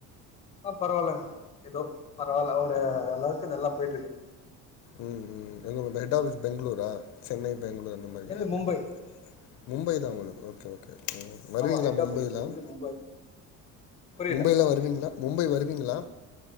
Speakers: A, on the left (about 20°); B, on the left (about 60°).
A: ஆ பரவால்ல ஏதோ பரவால்ல ஒரு அளவுக்கு நல்லா போயிட்ருக்கு
B: ம் ம் எங்க ஹெட் ஆபீஸ் பெங்களூரா சென்னை பெங்களூர் அந்த மாரியா
A: எந்து
B: எப்டிங்
A: மும்பை
B: மும்பைதா உங்களுக்கு ஓகே ஓகே ஓகே ஓகே வருவீங்களா
A: ஆமா ஹெட்
B: மும்பைலாம்
A: ஆஃபிஸ் வந்து மும்பை புரியல
B: மும்பைலா வருவீங்களா மும்பை வருவீங்களா